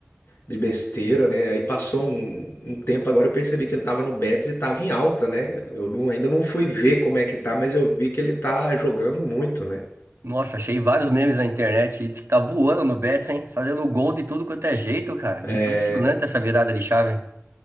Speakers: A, on the left; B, on the right.
A: de besteira, né? Aí passou um, um tempo, agora eu percebi que ele tava no Betis e tava em alta, né? Eu não- ainda não fui ver como é que tá, mas eu vi que ele tá jogando muito, né?
B: Nossa, achei vários memes na internet e diz que tá voando no Betis, hein? Fazendo gol de tudo quanto é jeito, cara.
A: É,
B: Impressionante essa virada de chave.